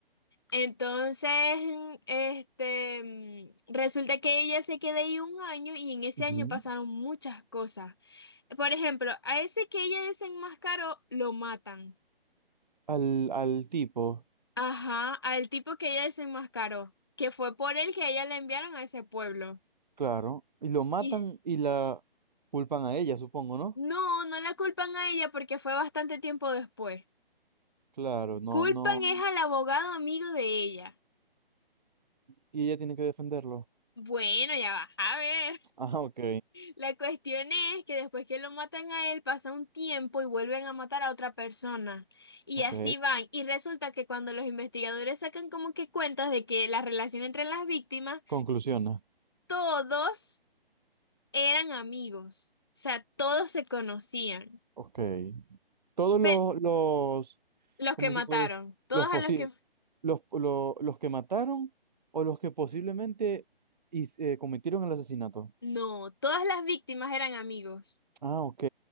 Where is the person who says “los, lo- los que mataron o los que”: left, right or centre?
Right